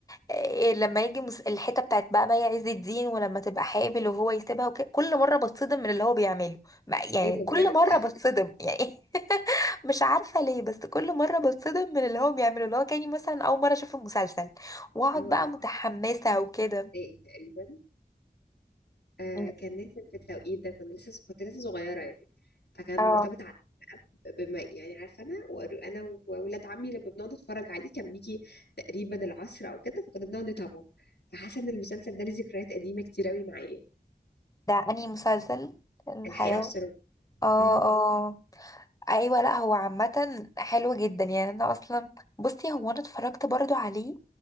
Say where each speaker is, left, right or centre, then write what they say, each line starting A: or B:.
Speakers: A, on the left (about 20°); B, on the left (about 75°).
A: إيه لما يجي مس- الحتة بتاعت بقى مي عز الدين ولما تبقى حامل وهو يسيبها وكده كل مرة بتصدم من اللي هو بيعمله ما- يعني
B: ايه ده بجد
A: كل مرة بتصدم يعني <laughs> مش عارفة ليه بس كل مرة بتصدم من اللي هو بيعمله اللي هو كاني مثلا أول مرة أشوف المسلسل وأقعد
B: اه
A: بقى
B: انا
A: متحمسة
B: فاكره إن أنا شفته
A: وكده
B: في ابتدائي تقريبا آه
A: مم.
B: كان نازل في التوقيت ده كنت لسه كنت لسه صغيره يعني فكان
A: اه
B: مرتبط ع- بما يعني عارفه انا وأر- انا واولاد عمي لما بنقعد نتفرج عليه كان بيجي تقريبا العصر او كده فكنا بنقعد نتابعه فحاسه ان المسلسل ده ليه ذكريات قديمه كتير قوي معايا
A: ده أنهي مسلسل الحياة
B: الحقيقه والسراب
A: اه
B: امم
A: اه ايوه لا هو عامه حلو جدا يعني انا اصلا بصي هو انا اتفرجت برضو عليه